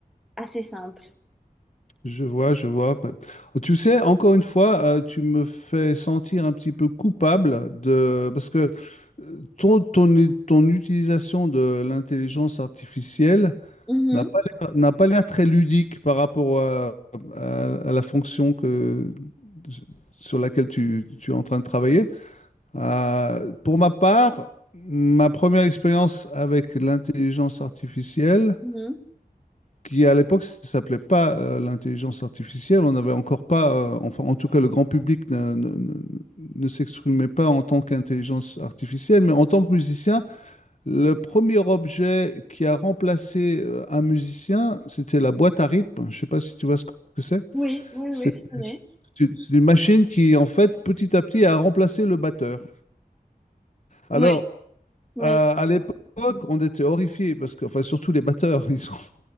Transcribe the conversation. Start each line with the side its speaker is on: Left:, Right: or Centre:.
Centre: assez simples.
Left: Je vois, je vois. Tu sais, encore une fois, euh, tu me fais sentir un petit peu coupable de parce que ton, ton, ton utilisation de l'intelligence artificielle
Centre: Mhm,
Left: n'a pas l'air, n'a pas l'air très ludique par rapport à, à- à la fonction que, sur laquelle tu, tu es en train de travailler. Euh, pour ma part, ma première expérience avec l'intelligence artificielle,
Centre: mhm.
Left: qui à l'époque ça s'appelait pas euh, l'intelligence artificielle, on n'avait encore pas, euh, enfin en tout cas le grand public ne, ne- ne- ne s'exprimait pas en tant qu'intelligence artificielle, mais en tant que musicien, le premier objet qui a remplacé euh, un musicien, c'était la boîte à rythme. Je ne sais pas si tu vois ce que c'est.
Centre: Oui, oui,
Left: C'est
Centre: oui, je connais.
Left: c'est une c'est une machine qui, en fait, petit à petit, a remplacé le batteur.
Centre: Oui,
Left: Alors,
Centre: oui.
Left: euh, à l'époque, on était horrifiés parce que, enfin, surtout les batteurs, <laughs> ils sont,